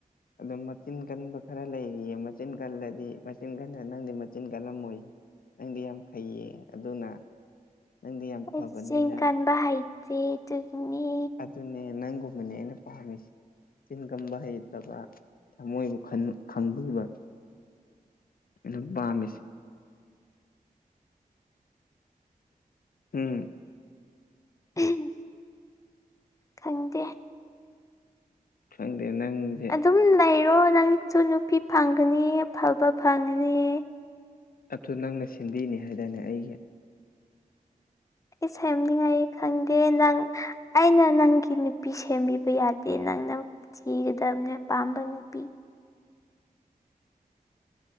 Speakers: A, on the left; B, on the left.
A: ꯑꯗꯨ ꯃꯆꯤꯟ ꯀꯟꯕ ꯈꯔꯥ ꯂꯩꯔꯤꯌꯦ ꯃꯆꯤꯟ ꯀꯜꯂꯗꯤ ꯃꯆꯤꯟ ꯀꯟꯗ ꯅꯪꯗꯤ ꯃꯆꯤꯟ ꯀꯜꯂꯝꯃꯣꯏꯌꯦ ꯅꯪꯗꯤ ꯌꯥꯝ ꯐꯩꯌꯦ ꯑꯗꯨꯅ ꯅꯪꯗꯤ ꯌꯥꯝ ꯐꯕꯅꯤꯅ
B: ꯑꯩ ꯆꯦꯡ ꯀꯟꯕ ꯍꯩꯇꯦ ꯑꯗꯨꯒꯤꯅꯤ
A: ꯑꯗꯨꯅꯦ ꯅꯪꯒꯝꯕꯅꯦ ꯑꯩꯅ ꯄꯥꯝꯃꯤꯁꯤ ꯆꯤꯟ ꯀꯝꯕ ꯍꯩꯇꯕ ꯊꯃꯣꯏꯕꯨ ꯈꯟ ꯈꯪꯕꯤꯕ ꯑꯗꯨ ꯄꯥꯝꯃꯤꯁꯦ ꯎꯝ
B: ꯎꯍꯝ ꯈꯪꯗꯦ
A: ꯐꯪꯗꯦ ꯅꯪꯖꯦ
B: ꯑꯗꯨꯝ ꯂꯩꯔꯣ ꯅꯪꯁꯨ ꯅꯨꯄꯤ ꯐꯪꯒꯅꯤꯌꯦ ꯑꯐꯕ ꯐꯪꯒꯅꯤꯌꯦ
A: ꯑꯗꯨ ꯅꯪꯅ ꯁꯤꯟꯕꯤꯅꯤ ꯍꯥꯏꯗꯥꯏꯅꯦ ꯑꯩꯒꯤ
B: ꯑꯩ ꯁꯩꯅꯤꯡꯉꯥꯏ ꯈꯪꯗꯦ ꯅꯪ ꯑꯩꯅ ꯅꯪꯒꯤ ꯅꯨꯄꯤ ꯁꯦꯝꯕꯤꯕ ꯌꯥꯗꯦ ꯅꯪꯅ ꯊꯤꯒꯗꯞꯅꯦ ꯄꯥꯝꯕ ꯅꯨꯄꯤ